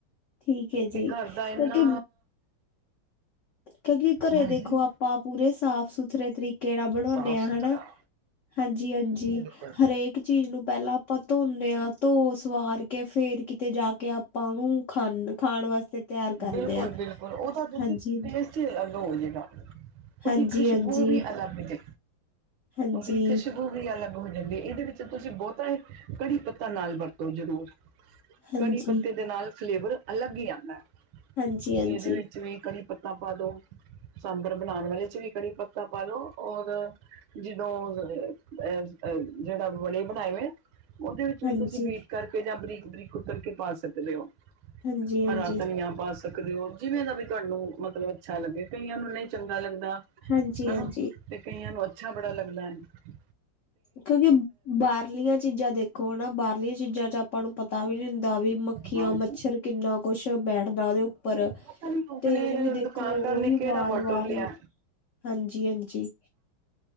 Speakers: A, on the left (about 85°); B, on the right (about 75°).
A: ਠੀਕ ਹੈ
B: ਕੇ
A: ਜੀ,
B: ਕਾਰਦਾ ਏਨਾ
A: ਕਿਉਂਕਿ ਕਿਉਂਕਿ ਘਰੇ
B: ਹਾਂਜੀ
A: ਦੇਖੋ ਆਪਾਂ ਪੂਰੇ ਸਾਫ-ਸੁਥਰੇ ਤਰੀਕੇ ਨਾਲ ਬਣਾਉਣੇ
B: ਸਾਫ
A: ਆ
B: ਸੁਥਰਾ
A: ਹਨਾ ਹਾਂਜੀ-ਹਾਂਜੀ,
B: ਬਿਲਕੁਲ
A: ਹਰੇਕ ਚੀਜ਼ ਨੂੰ ਪਹਿਲਾਂ ਆਪਾਂ ਤੋਦੇ ਆ ਤੋ ਸਵਾਰ ਕੇ ਫੇਰ ਕਿਤੇ ਜਾ ਕੇ ਆ ਆਪਾਂ ਉਹਨੂੰ ਖਣ ਖਾਣ ਵਾਸਤੇ ਤਿਆਰ ਕਰਦੇ
B: ਬਿਲਕੁਲ-ਬਿਲਕੁਲ
A: ਆ
B: ਉਹਦਾ ਤੁਸੀਂ
A: ਹਾਂਜੀ
B: ਟੇਸਟ ਅਲੱਗ ਹੋ ਜੇ ਗਾ ਉਹਦੀ
A: ਹਾਂਜੀ-ਹਾਂਜੀ।
B: ਖੁਸ਼ਬੂ ਵੀ ਅਲੱਗ ਜੇ।
A: ਹਾਂਜੀ,
B: ਉਹਦੀ ਖੁਸ਼ਬੂ ਵੀ ਅਲੱਗ ਹੋ ਜਾਂਦੀ ਏ ਇਹਦੇ ਵਿੱਚ ਤੁਸੀਂ ਬਹੁਤਾ ਕੜੀ-ਪੱਤਾ ਨਾਲ ਵਰਤੋ ਜ਼ਰੂਰ।
A: ਹਾਂਜੀ,
B: ਕੜੀ-ਪੱਤੇ ਦੇ ਨਾਲ ਫਲੇਵਰ ਅਲੱਗ ਹੀ ਆਦੈ
A: ਹਾਂਜੀ-ਹਾਂਜੀ,
B: ਤੁਸੀਂ ਇਹਦੇ ਵਿੱਚ ਜਿਵੇਂ ਕੜੀ-ਪੱਤਾ ਪਾ ਦੋ ਸਾਂਬਰ ਬਣਾਉਣ ਵਾਲੇ ਚ ਵੀ ਕੜੀ-ਪੱਤਾ ਪਾ ਦੋ ਔਰ ਜਿਦੋਂ ਅ ਜਿਹੜਾ ਵੜੇ ਬਣਾਏ ਹੋਏ ਉਹਦੇ ਵਿੱਚ ਵੀ
A: ਹਾਂਜੀ।
B: ਤੁਸੀਂ ਬਰੀਕ ਕਰਕੇ ਜਾਂ ਬਰੀਕ-ਬਰੀਕ ਕੁਤਰ ਕੇ ਪਾ ਸਕਦੇ ਹੋ।
A: ਹਾਂਜੀ-ਹਾਂਜੀ,
B: ਹਰਾ ਤਨੀਆ ਪਾ ਸਕਦੇ ਹੋ ਜਿਵੇਂ ਦਾ ਵੀ ਤੁਹਾਨੂੰ ਮਤਲਬ ਅੱਛਾ ਲੱਗੇ ਕਈਆਂ ਨੂੰ ਨਹੀਂ ਚੰਗਾ ਲੱਗਦਾ
A: ਹਾਂਜੀ-ਹਾਂਜੀ
B: ਹਨਾ ਤੇ ਕਈਆਂ ਨੂੰ ਅੱਛਾ ਬੜਾ ਲੱਗਦਾ ਐ।
A: ਕਿਉਂਕਿ ਬਾਹਰ ਲੀਆਂ ਚੀਜ਼ਾਂ ਦੇਖੋ ਹਨਾ ਬਾਹਰ ਲੀਆਂ ਚੀਜ਼ਾਂ ਚ ਆ ਆਪਾਂ ਨੂੰ ਪਤਾ ਵੀ ਨੀ ਹੁੰਦਾ ਵੀ ਮੱਖੀਆਂ,
B: ਹਾਂਜੀ
A: ਮੱਛਰ ਕਿੰਨਾ ਕੁਛ ਬੈਠਦਾ ਉਹਦੇ ਉੱਪਰ
B: ਪਤਾ ਨੀ ਉਸਨੇ
A: ਤੇਲ ਵੀ ਦੇਖੋ
B: ਦੁਕਾਨਦਾਰ
A: ਉਹੀ
B: ਨੇ ਕਿਹੜਾ
A: ਵਾਰ-ਵਾਰ
B: ਬੋਟਲ ਲਿਆ
A: ਹਾਂਜੀ-ਹਾਂਜੀ।